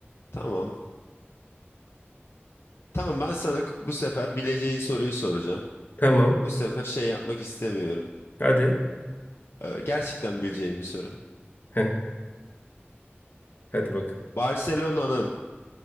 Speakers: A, on the left (about 70°); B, on the left (about 45°).
A: Tamam. Tamam ben sana k- bu sefer bileceğin soruyu soracağım.
B: Tamam.
A: Bu sefer şey yapmak istemiyorum.
B: Hadi.
A: Ee, gerçekten bileceğim bir soru.
B: Heh, hadi bak.
A: Barcelona'nın